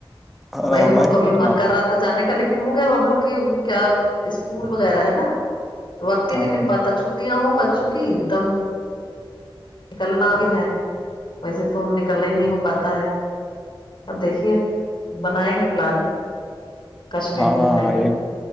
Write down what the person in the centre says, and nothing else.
ہاں
ہمارے
بھی
ہاں
ہاں
ہاں
ہاں ہاں
ایک